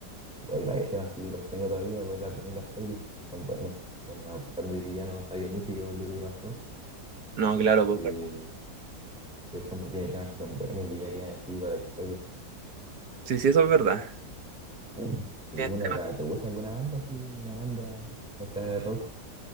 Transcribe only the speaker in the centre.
Hay varios temas así que los tengo todavía pues, en la, en las playlists que son buenos. Son, a pesar de que ya no saqué música por lo que le pasó.
eh,
que son- tiene temas que son buenos y que ya quedan así para la historia.
<clears throat> ¿Alguna
otra-
te gusta alguna banda así? Una banda, no sea de rock.